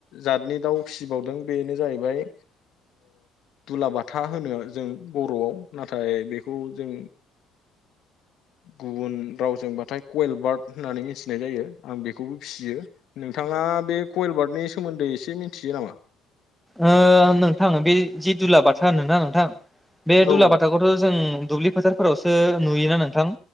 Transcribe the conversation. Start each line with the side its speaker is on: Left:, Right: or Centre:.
Left: जतनि दाउ फिसिबावदों बेनो जाहैबाय दुलाबाथा होनो जों बर'आव नाथाय बेखौ जों गुबुन रावजोंबाथाय कयेलबार्ट होननानै मिथिनाय जायो आं बेखौबो फिसियो। नोंथाङा बे कयलबार्टनि सोमोन्दै एसे मिथियो नामा।
Centre: ओ नोंथां बे जि दुला बाथा होनोना नोंथां बे
Left: औ
Centre: दुलाबाथाखौथ' जों दुब्लि फोथारफोरावसो नुयोना नोंथां